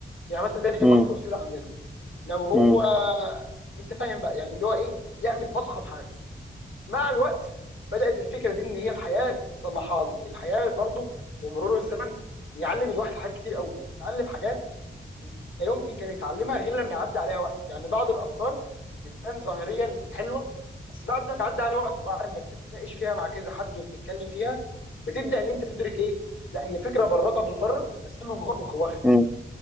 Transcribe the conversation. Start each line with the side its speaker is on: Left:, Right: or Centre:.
Left: يعني مثلا ده نجيب
Centre: مم.
Left: محفوظ كده عندنا لو هو
Centre: مم. مم.
Left: انت فاهم بقى يعني اللي هو ايه يعمل اضخم حاجه مع الوقت بدات الفكره دي ان هي الحياه تصلحها لي الحياه برضو ومرور الزمن بيعلم الواحد حاجات كتير قوي اتعلم حاجات لا يمكن كان يتعلمها غير لما يعدي عليها وقت يعني بعض الافكار بتبان ظاهريا حلوه بس بعد ما بيعدي عليها وقت وبعد ما بتتناقش فيها مع كذا حد وبتتكلم فيها بتبدا ان انت تدرك ايه لا هي فكره براقه من بره بس هي من جوه مخوخه
Centre: مم.